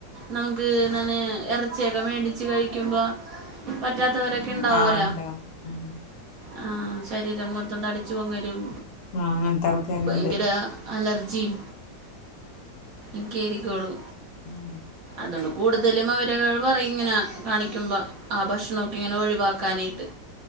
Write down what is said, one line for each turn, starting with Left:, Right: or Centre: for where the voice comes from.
Right: നമുക്ക് എന്താണ് ഇറച്ചിയൊക്കെ മേടിച്ച് കഴിക്കുമ്പോ പറ്റാത്തവരൊക്കെ ഇണ്ടാവല
Left: ആഹ് ഉണ്ടാവും ഉം
Right: ആ ശരീരം മൊത്തം തടിച്ചു പൊങ്ങരും
Left: ആഹ് അങ്ങനത്തെ ആൾക്കാരുണ്ട്
Right: ഭയങ്കര അലർജി ജിം എനി കേരിക്കോളൂ
Left: ഉം
Right: അതുകൊണ്ട് കൂടുതലും അവര പറ ഇങ്ങനെ കാണിക്കുമ്പോൾ ആ ഭക്ഷണൊക്കെ ഇങ്ങനെ ഒഴിവാക്കാനായിട്ട്